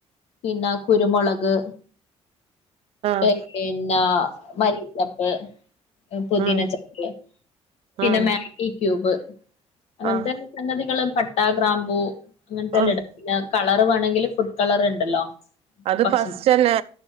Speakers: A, on the left (about 70°); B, on the right (about 60°).
A: പിന്നെ കുരുമുളക്
B: ആഹ് ആഹ്
A: പി പിന്നെ മല്ലിച്ചെപ്പ് പുതിന
B: ഉം
A: ചപ്പ് പിന്നെ
B: ഉം
A: മാഗി ക്യൂബ് അങ്ങനത്തെ
B: ആഹ്
A: സംഗതികളും പട്ട ഗ്രാമ്പു അങ്ങനത്തെ
B: ആഹ്
A: എല്ലാം ഇടാം പിന്നെ കളർ വേണമെങ്കിൽ ഫുഡ് കളർ ഉണ്ടല്ലോ
B: അത്
A: ഭക്ഷണ
B: ഫസ്റ്റ് തന്നെ